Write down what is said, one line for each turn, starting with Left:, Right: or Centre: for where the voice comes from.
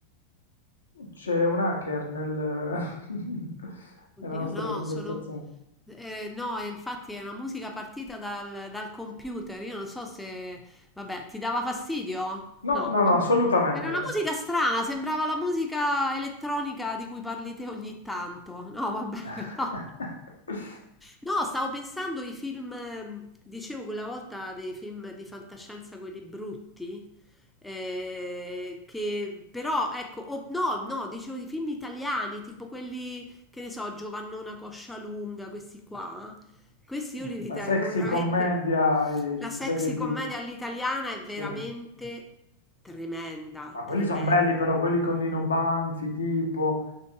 Left: c'è un hacker nel- <laughs> nella
Centre: Oddio,
Left: nostra
Centre: no,
Left: conversazione.
Centre: sono... eh, no, e infatti è una musica partita dal, dal computer. Io non so se... Vabbè, ti dava fastidio?
Left: No,
Centre: No,
Left: no,
Centre: vabbè.
Left: no, assolutamente.
Centre: Era una musica strana, sembrava la musica elettronica di cui parli te ogni tanto. No, vabbè,
Left: <laughs>
Centre: <laughs> no. No, stavo pensando ai film, ehm, dicevo quella volta dei film di fantascienza, quelli brutti, eh, che però, ecco, o- no, no, dicevo di film italiani, tipo quelli, che ne so, Giovannona Coscia Lunga, questi qua, questi io li ritengo
Left: La sexy
Centre: veramente,
Left: commedia eh,
Centre: la
Left: di
Centre: sexy
Left: serie D,
Centre: commedia all'italiana è veramente
Left: sì.
Centre: tremenda,
Left: Ma quelli
Centre: tremenda.
Left: sono belli però, quelli con Lino Banfi, tipo...